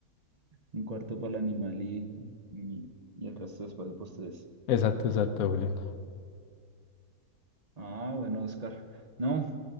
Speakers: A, on the right; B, on the left.
A: Un cuarto para el animal y, y, y el resto después para ustedes.
B: Exacto, exacto, Julián.
A: Ah, bueno, Oscar. No,